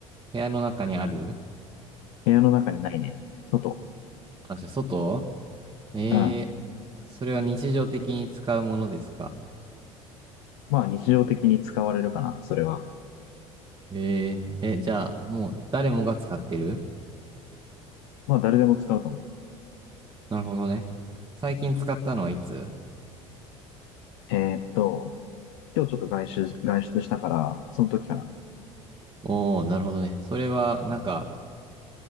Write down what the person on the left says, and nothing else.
部屋の中にないね。外。
うん。
まあ日常的に使われるかな、それは。
まあ誰でも使うと思
う。えーっと、今日ちょっと外出、外出したから、その時かな。